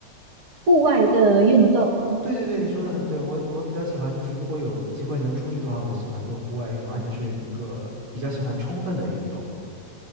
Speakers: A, on the right; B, on the right.
A: 户外的运动
B: 对对对，你说的很对，我我比较喜欢，就是如果有机会能出去的话，我就喜欢做户外运动，而且是一个比较喜欢充分的运动。